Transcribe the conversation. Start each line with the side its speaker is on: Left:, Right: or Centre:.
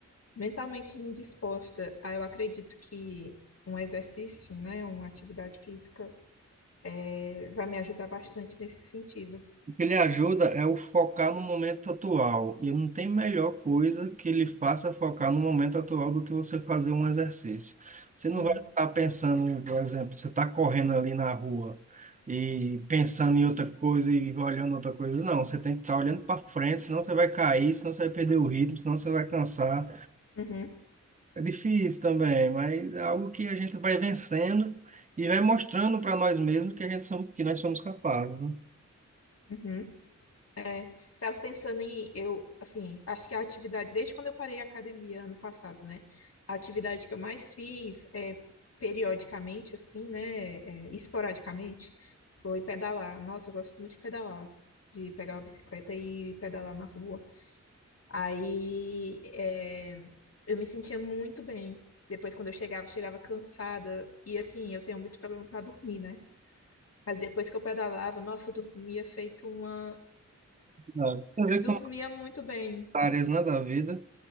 Left: mentalmente indisposta. Ah, eu acredito que um exercício, né, uma atividade física, é, vai me ajudar bastante nesse sentido.
Right: O que ele ajuda é o focar no momento atual. E não tem melhor coisa que ele faça focar no momento atual do que você fazer um exercício. Você não
Left: Uhum.
Right: vai estar pensando, por exemplo, você está correndo ali na rua e pensando em outra coisa e olhando outra coisa. Não, você tem que estar olhando para frente, senão você vai cair, senão você vai perder o ritmo, senão você vai cansar.
Left: Uhum,
Right: É difícil também, mas é algo que a gente vai vencendo e vai mostrando para nós mesmos que a gente somos, que nós somos capazes, né?
Left: uhum. É, estava pensando em, eu, assim, acho que a atividade, desde quando eu parei a academia ano passado, né, a atividade que eu mais fiz, é, periodicamente, assim, né, é, esporadicamente, foi pedalar. Nossa, eu gosto muito de pedalar, de pegar uma bicicleta e pedalar na rua. Aí é, eu me sentia muito bem. Depois, quando eu chegava, eu chegava cansada. E assim, eu tenho muito problema para dormir, né? Mas depois que eu pedalava, nossa, eu dormia feito uma.
Right: Sabe? Você vê
Left: Dormia
Right: como
Left: muito bem.
Right: áreas, né, da vida.